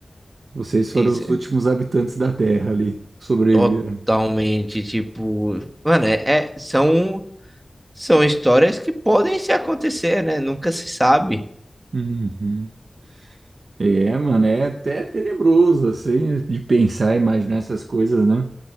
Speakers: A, on the right; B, on the right.
A: Vocês foram
B: Tem esse-
A: os últimos habitantes da Terra ali, que sobreviveram.
B: Totalmente, tipo... Mano, é, é- são, são histórias que podem se acontecer, né? Nunca se sabe.
A: Uhum. É, mano, é até tenebroso, assim, de pensar e imaginar essas coisas, né?